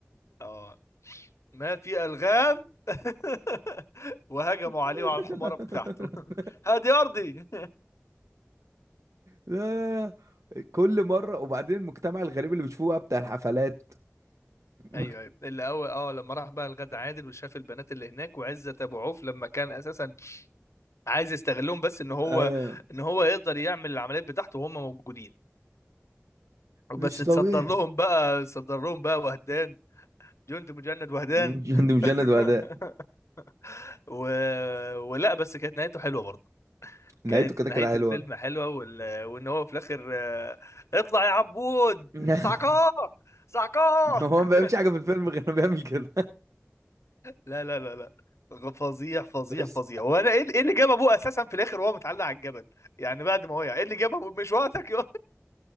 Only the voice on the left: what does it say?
اه ما في الغام <laughs> وهجموا
عليه وعلى الحماره بتاعته <laughs> هادي ارضي
ايوه ايوه اللي اول اه لما راح بقى الغد عادل وشاف البنات اللي هناك وعزت ابو عوف لما كان اساسا عايز يستغلهم بس ان هو
ان هو يقدر يعمل العمليات بتاعته وهم موجودين وبس
تصدر
لهم بقى صدر لهم بقى وهدان جند مجند وهدان
<laughs>
و... ولا بس كانت نهايته حلوه برضه
كانت
نهاية
الفيلم حلوة وال... وان هو في الاخر آه، اطلع يا عبود
سعكار سعكار
<laughs>
لا لا لا لا فظيع فظيع
فظيع هو انا ايه إيه اللي جاب ابوه اساسا في الاخر وهو متعلق على الجبل يعني بعد ما وقع ايه اللي جاب ابوه مش وقتك يا